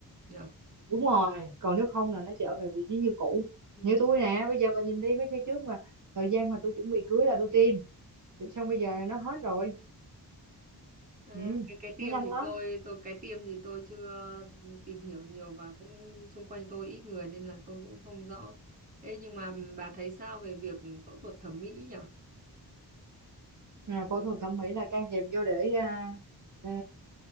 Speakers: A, on the right (about 20°); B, on the right (about 45°).
A: nhở
B: đúng rồi còn nếu không là nó trở về vị trí như cũ
A: ừ.
B: như tôi nè bây giờ bà nhìn đi mấy cái trước mà thời gian mà tôi chuẩn bị cưới là tôi tiêm Thì xong bây giờ là nó hết rồi
A: à,
B: ừ,
A: cái cái tiêm
B: nó nhanh
A: thì
B: lắm
A: tôi tôi cái tiêm thì tôi chưa tìm hiểu nhiều và cũng xung quanh tôi ít người nên là tôi cũng không rõ Ê, nhưng mà bà thấy sao về việc phẫu thuật thẩm mỹ nhỉ
B: à, phẫu thuật thẩm mỹ là can thiệp vô để à, à,